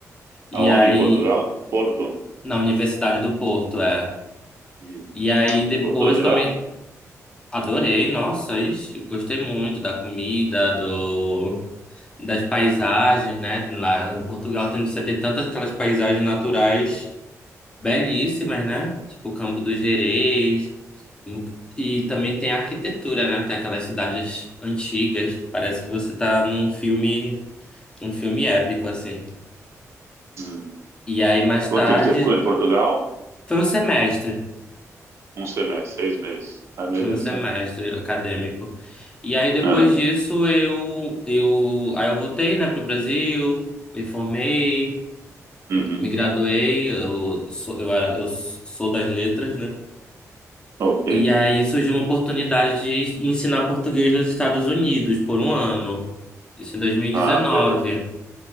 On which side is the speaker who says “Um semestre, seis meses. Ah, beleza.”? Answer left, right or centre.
Right